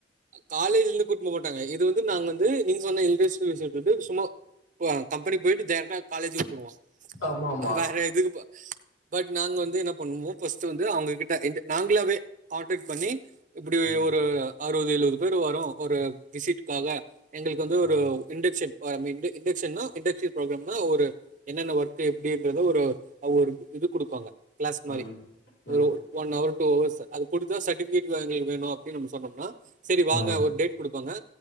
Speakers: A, on the right (about 45°); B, on the left (about 80°).
A: காலேஜ்ல இந்து கூட்னு போமாட்டாங்க இது வந்து நாங்க வந்து நீங்க சொன்ன இன்டஸ்ட்ரியல் விஸிடு வந்து சும்மா புவாங் கம்பெனி போயிட்டு டேரக்ட்டா காலேஜுக் போயிருவோ
B: ஆமா ஆமா
A: வேற எதுக்கு பட் நாங்க வந்து இன்ன பண்ணுவோ ஃபர்ஸ்டு வந்து அவுங்க கிட்ட இந்த நாங்ளாவே கான்டக் பண்ணி இப்டி
B: ம்
A: ஒரு அறுபது எழுவது பேர் வரோ ஒரு விசிட்காக எங்களுக்கு வந்து
B: ஆ
A: ஒரு இன்டக்ஷன் போற மேர் இன்டக்ஷன் னா இன்டக்ஷன் ப்ரோக்ராம்னா ஒரு என்னென்ன ஒர்க்கு எப்டின்றத ஒரு ஒரு இது குடுப்பாங்க கிளாஸ் மாரி
B: ம் ம்
A: ஒரு ஒன்னவர் டூ ஹவர்ஸு அது குடுத்தா சர்டிபிகேட் வாங்கய் வேணு அப்டின் நம்ம சொன்னோம்னா செரி வாங்க
B: ம்
A: ஒரு டேட் குடுப்பாங்க